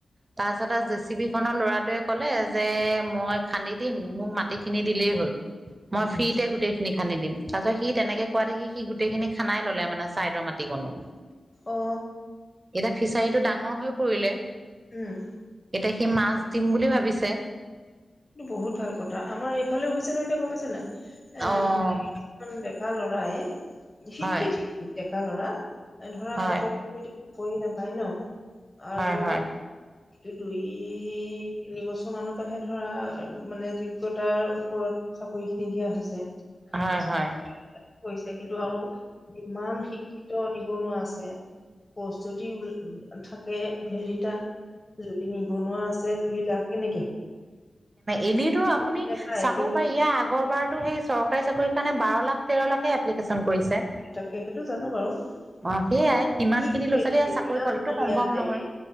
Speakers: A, on the right; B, on the left.
A: তাৰপিছত আৰু জে চি বি খনৰ ল'ৰাটোৱে ক'লে যে, মই খান্দি দিম মোক মাটিখিনি দিলেই হ'ল। মই
B: উম
A: ফ্ৰীিতে গোটেইখিনি খান্দি দিম। তাৰ পিছত সি তেনেকে কওঁতে সি গোটেইখিনি খন্দাই ল'লে মানে ছাইদৰ মাটিতে।
B: অ
A: এতিয়া ফিচাৰীটো ডাঙৰ হৈ পৰিলে।
B: উম।
A: এতিয়া সি মাছ দিম বুলি ভাবিছে।
B: বহুত ভাল কথা। আমাৰ এইফালেও হৈছে নহয়, এতিয়া গম পাইছে নাই? এ
A: অ'।
B: মানে ডেকা লৰাই, শিক্ষিত
A: হয়
B: ডেকা লৰা, ধৰা
A: হয়
B: সকলো কৰি নাপায় ন। আৰু
A: হয় হয়
B: এই দুই, তিনি বছৰ মানৰ পৰাহে। ধৰা মানে যোগ্যতাৰ ওপৰত চাকৰি। নিদিয়া হৈছে।
A: হয়
B: পৰিছে,
A: হয়
B: কিন্তু আৰু কিমান শিক্ষিত নিবনুৱা আছে। প্ৰস্তুতি উল থাকে, হেৰিটা। যদি নিবনুৱা আছে, দুই লাখ কেনেকে হব? গতিকে
A: এনেইতো
B: সকলোৱে
A: আপুনি
B: নাপায়
A: চাব
B: কিন্তু
A: পাৰে। ইয়াৰ আগৰবাৰতো সেই চৰকাৰী চাকৰিৰ কাৰণে বাৰ লাখ তেৰলাখে এপ্লিকেশ্যন কৰিছে।
B: তাকে সেইটো জানো বাৰু
A: অ, সেয়াই
B: কিন্তু
A: ইমান
B: কি
A: খিনি
B: কৰিছে
A: ল'ৰা- ছোৱালীয়ে
B: এতিয়া
A: চাকৰি পোৱাটো
B: আমাৰ
A: সম্ভৱ
B: ইয়াত দেই
A: নহয়।